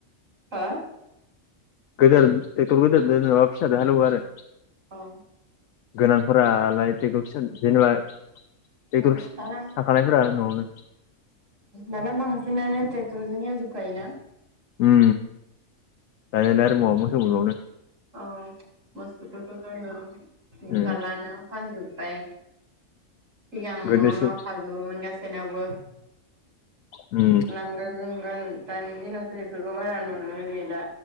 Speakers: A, on the right; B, on the left.
A: हा
B: गदेर टेगथर गदेरजों नङाबा फिसाजों हालौयो आरो।
A: औ।
B: गोनांफोरालाय ट्रेक्ट'र फिसा जेनेबा बे
A: अ दाना
B: थाखानायफोरा न'आवनो
A: दाना बांसिनानो ट्रेक्ट'रजों एवजोबखायो ना
B: उम आरो म मवफैबावनो
A: औ मोसौफोरखौथ' नुफालानो
B: उम
A: फानजोबबाय सिगां
B: गोदोसो
A: न' न' थाजोबोमोन गासैनावबो
B: उम
A: नांगल जगल दानि दिनावथ एफोरखौ बारा नु नो गैला